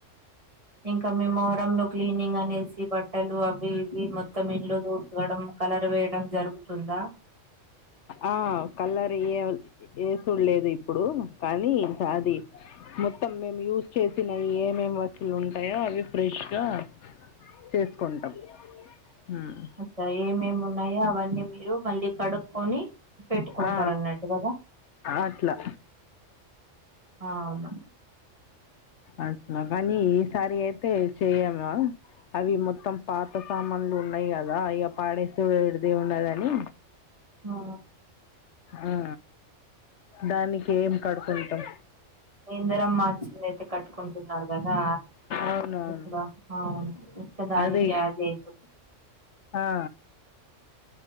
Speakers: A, on the right (about 25°); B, on the left (about 70°).
A: ఇంకా మేము లో క్లీనింగ్ అనేసి బట్టలు అవి ఇవి మొత్తం ఇంలో ఉతకడం కలర్ వేయడం జరుగు తుందా
B: ఆ కలర్ ఏయ ఏసుడులేదు ఇప్పుడు కానీ అది మొత్తం మేము యూజ్ చేసినవి ఏమేం వస్తువులు ఉంటాయో అవి ఫ్రెష్గా చేసుకుంటాం ఉమ్.
A: అక్కడ ఏమేమి ఉన్నాయో అవన్నీ మీరు మళ్ళీ కడుక్ కొని పెట్టుకుంటారు
B: ఆ
A: అన్నట్టు కదా
B: అట్లా
A: ఆ అవును
B: అట్ల కానీ ఈసారి అయితే చెయమా అవి మొత్తం పాత సామాన్లు ఉన్నాయి కదా ఇక పాడేసేడు విడిదే ఉన్నదని
A: ఆ
B: ఆ దానికి ఏం కడుకుంటాం
A: ఇందరమ్మ అ చ్చిందయితే కట్టుకుంటున్నారు కదా
B: అవునవును
A: ఇప్పుడ అవును ఇక్క దానికి
B: అదే
A: ఆడి అయిపోతాది
B: ఆ